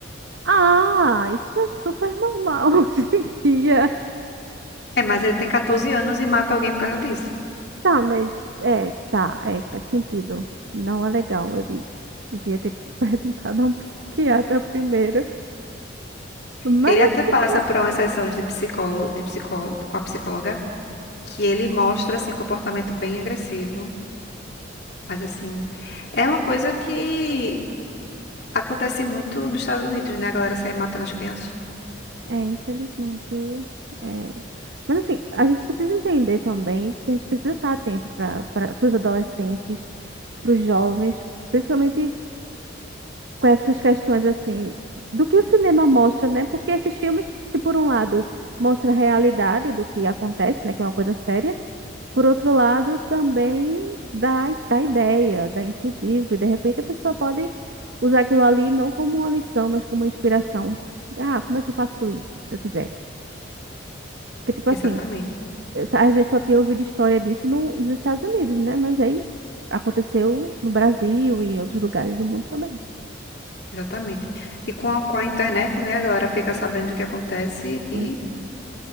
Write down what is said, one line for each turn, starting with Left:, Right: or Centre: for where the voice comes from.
Right: Ah, isso é super normal <laughs> hoje em dia.
Left: É, mas ele tem 14 anos e mata alguém por causa disso.
Right: Tá, mas é, tá, é, faz sentido. Não é legal. Ele devia ter <laughs> perguntado a um psiquiatra primeiro. Mas
Left: Ele
Right: eu
Left: até
Right: acho que
Left: passa
Right: isso
Left: por uma sessão de psicólogo, de psicólogo, com a psicóloga, que ele mostra assim comportamento bem agressivo Mas assim, é uma coisa que acontece muito nos Estados Unidos, né? A galera sai matando as crianças.
Right: é, infelizmente, é. Mas assim, a gente precisa entender também que a gente precisa estar atento para para os adolescentes, para os jovens, principalmente com essas questões assim do que o cinema mostra, né? Porque esses filmes, se por um lado mostra a realidade do que acontece, né, que é uma coisa séria, por outro lado também dá, dá ideia, dá incentivo e de repente a pessoa pode usar aquilo ali não como uma lição, mas como uma inspiração. Ah, como é que eu faço isso, se eu quiser? Porque tipo assim,
Left: Exatamente,
Right: essa- a gente só tinha ouvido história disso no, nos Estados Unidos, né? Mas aí aconteceu no Brasil e em outros lugares do mundo também.
Left: exatamente. E com a, com a internet, né? A galera fica sabendo o que acontece e
Right: Pois é.